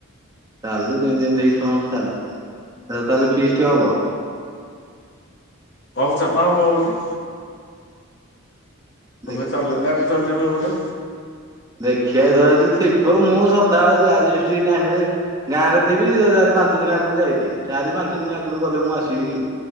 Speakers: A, on the right; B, on the left.
A: ଚାଲୁ ଯେମିତି ଯେମିତି ହେଇ ସମସ୍ତ ଚାଲୁ ଏ ତାହେଲେ ଫିଷ୍ଟି ହବ?
B: କହୁଛ ତ ହେବ ବୋଲି।
A: ଦେଖିବା
B: ତୁମେ ଚଲେଇଲେ ଆମେ ଚଲେଇବୁ ଏପଟେ।
A: ଦେଖିଆ ଧରଯଦି ଥିବ ମୁଁ ସଦାବେଳେ ବ୍ୟାଚଫିଷ୍ଟି ଟାଇମ୍ ରେ ଗାଁରେ ଥିବି ଚାରି, ପାଞ୍ଚ ଦିନ ଆଗରୁ ଯାଇଥିବି ଚାରି, ପାଞ୍ଚ ଦିନ ଆଗରୁ ଗଲେ ମୁଁ ଆସିବି କି?